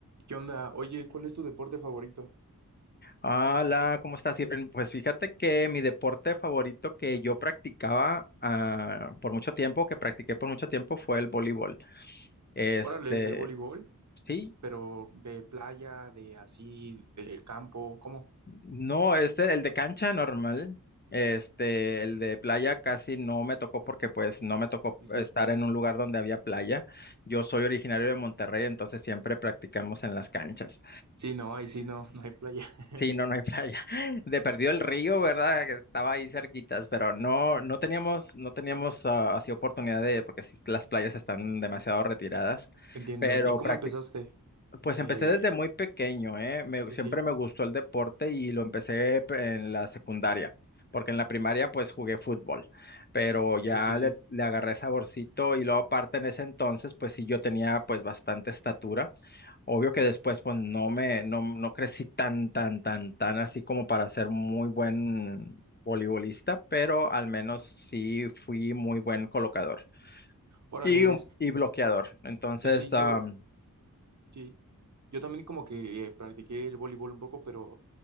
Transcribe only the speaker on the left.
Hola, ¿cómo estás, Irving? Pues fíjate que mi deporte favorito que yo practicaba ah, por mucho tiempo, que practiqué por mucho tiempo, fue el voleibol. Este,
sí,
no, este, el de cancha normal, este, el de playa casi no me tocó porque pues no me tocó
estar en un lugar donde había playa. Yo soy originario de Monterrey, entonces siempre practicamos en las canchas.
Sí, no, no hay playa. <laughs> De perdido el río, ¿verdad? Que estaba ahí cerquitas, pero no, no teníamos, no teníamos ah, así oportunidad de, porque sí, las playas están demasiado retiradas.
Pero
practic-
pues
empecé desde muy pequeño, ¿eh? Me-
siempre
me gustó el deporte y lo empecé pe- en la secundaria, porque en la primaria pues jugué fútbol, pero ya
le, le agarré saborcito y luego aparte en ese entonces pues sí yo tenía pues bastante estatura. Obvio que después, pues no me, no, no crecí tan, tan, tan, tan así como para ser muy buen voleibolista, pero al menos sí fui muy buen colocador
y, un-
y bloqueador. Entonces,
am,